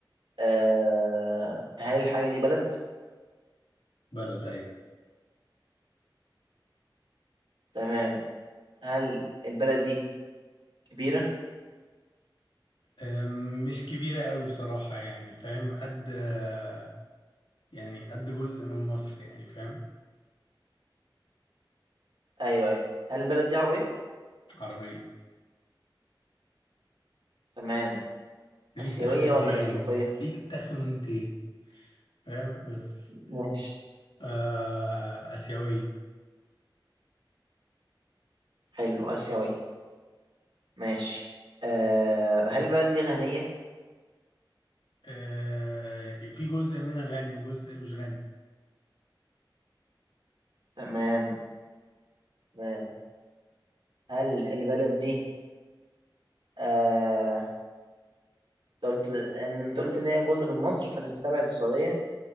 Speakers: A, on the right; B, on the left.
A: أه هل الحاجة دي بلد؟
B: بلد ايوه
A: تمام هل البلد دي كبيرة؟
B: آم، مش كبيرة قوي بصراحة يعني فاهم قد آه، يعني قد جزء من مصر يعني فاهم
A: أيوه أيوه هل البلد دي عربية؟
B: عربية
A: تمام
B: ليك
A: آسيوية
B: تخمنتين
A: ولا إفريقية؟
B: ليك تخمنتين فاهم بس
A: ماشي
B: آه آسيوية
A: حلو آسيوية ماشي آه هل البلد دي غنية؟
B: آه في جزء منها غني وجزء مش غني
A: تمام تمام هل البلد دي آه انت قلت ان انت قلت ان هي جزء من مصر فنستبعد السعودية